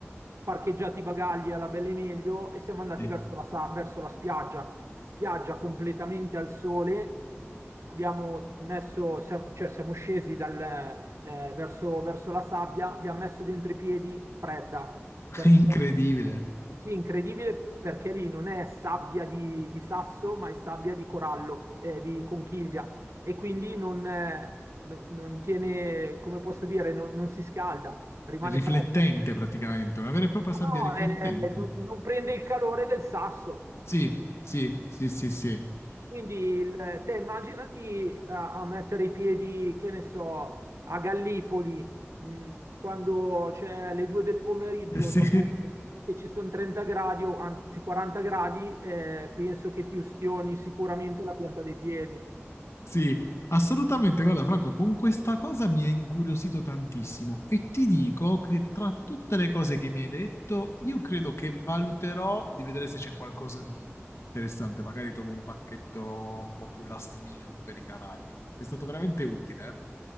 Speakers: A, on the right; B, on the left.
A: parcheggiati i bagagli alla belle meglio e siamo andati
B: Sì.
A: verso la, sa- verso la spiaggia spiaggia completamente al sole. Abbiamo messo, siamo, cioè siamo scesi dal, eh, verso, verso la sabbia, abbiamo messo dentro i piedi fredda,
B: <laughs>
A: perché
B: Incredibile.
A: sì, incredibile perché lì non è sabbia di, di sasso, ma è sabbia di corallo, eh, di conchiglia e quindi non, eh, no- non tiene, come posso dire, non, non si scalda, rimane
B: È riflettente
A: fredda.
B: praticamente, una vera e propria sabbia
A: No,
B: riflettente.
A: eh, non non prende il calore del sasso.
B: Sì, sì, sì, sì, sì. <laughs>
A: Quindi il- te immaginati a, a mettere i piedi, che ne so, a Gallipoli, mh, quando c'è le due del pomeriggio,
B: Eh, Sì.
A: dopo che ci sono 30 gradi o anzi 40 gradi, eh, penso che ti ustioni sicuramente la pianta dei piedi.
B: Sì, assolutamente. Guarda, Franco, con questa cosa mi è incuriosito tantissimo e ti dico che tra tutte le cose che mi hai detto, io credo che valuterò di vedere se c'è qualcosa di interessante. Magari trovo un pacchetto un po' più last minute per i Caraibi. Sei stato veramente utile, eh?